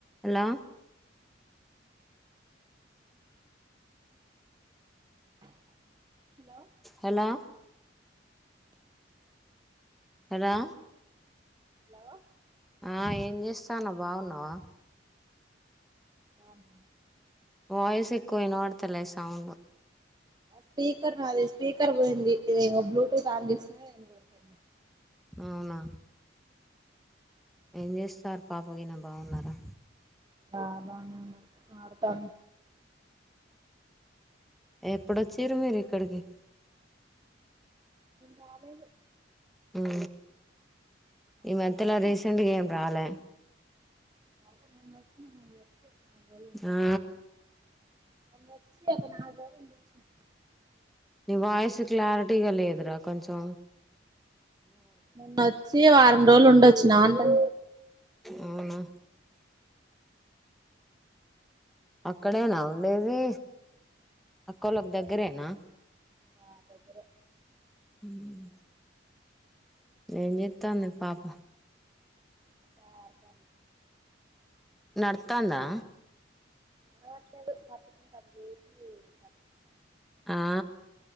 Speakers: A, in the centre; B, on the right.
A: Hello
B: hello
A: hello రా
B: hello
A: ఆ ఏం చేస్తాను బాగున్నావా
B: అన్
A: వాయిస్ ఎక్కువ వినపడతలే సౌండ్
B: ఆ స్పీకర్ నాది స్పీకర్ పోయింది బ్లూటూత్ ఆన్ చేస్తే నే వినపడుతుంది
A: అవునా ఏం చేస్తారు పాప గనా బాగున్నారా
B: ఆ బాగానే వున్నాం ఆడతన్
A: ఎప్పుడొచ్చారు మీరు ఇక్కడికి
B: రాలేదు
A: ఇం
B: అక్కొచ్చి
A: ఈ మధ్యలా రీసెంట్గా ఏం రాలే
B: మ వచ్చ మ వచ్చ
A: ఆ
B: ఉండయ్ వచి నాలుగు రోజులు అయిపోయినాయి
A: నీ వాయిస్ క్లారిటీగా లేదురా కొంచం
B: మున్నొ వచ్చి వారం రోజులు ఉండొచ్చి నా అంటన
A: అవునా అక్కడేనా ఉండేది అక్కల్ల
B: ఇక్కడే
A: కి దగ్గరేనా
B: ఉంటున్నా ఆ దగ్గరే
A: హుమ్ ఏం చెత్తందే పాప
B: అ
A: నర్తనా
B: నడవట్లేదు పటుకుని అది చేసి పస్తారు
A: ఆ